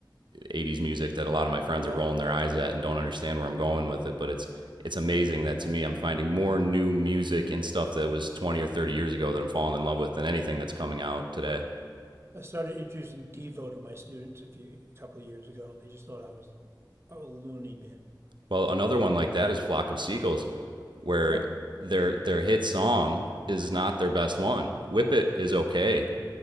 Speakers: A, on the right; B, on the right.
A: 80s music that a lot of my friends
B: yeah.
A: are rolling their eyes at and don't understand where I'm going with it. But it's it's amazing that to me I'm finding more new music and stuff that was 20 or 30 years ago that I'm falling in love with than anything that's coming out today.
B: I started introducing Devo to my students a few a couple of years ago, and they just thought I was a loony bin.
A: Well, another one like that is Flock of Seagulls, where
B: Yeah,
A: their their hit song is not their best one. Whip It is okay,